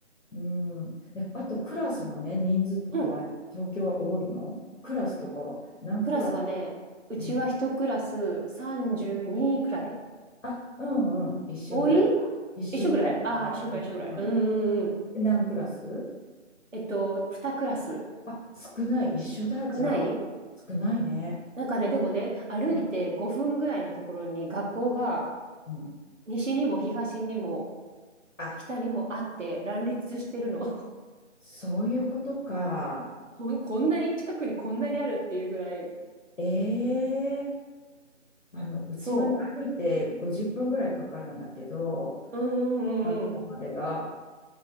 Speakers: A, on the left; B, on the right.
A: うん。で、あと、クラスのね、人数とかは、
B: うん、
A: 東京は多いのクラスとかは、何クラス
B: クラスはね、うちは一クラス32くらい
A: うん。あ、うんうん、一緒ぐらいか。
B: 多い
A: 一緒ぐらいかな。
B: 一緒くらいああー、一緒くらい一緒くらい。
A: うんうん。
B: うんうんうん。
A: で何クラス
B: えっと、2クラス
A: あ、少ない、一緒だ、じゃあ。
B: 少ない
A: 少ないね。
B: なんかね、でもね、歩いて5分ぐらいのところに学校が
A: うんうん。
B: 西にも東にも
A: あ、
B: 北にもあって乱立してるの。
A: そういうことか。
B: こん、こんなに近くにこんなにあるっていうぐらい。
A: ええあの、うちはね、
B: そ
A: 歩いて50分ぐらいかかるんだけど、
B: う。うんうんうんうん。
A: 学校までが、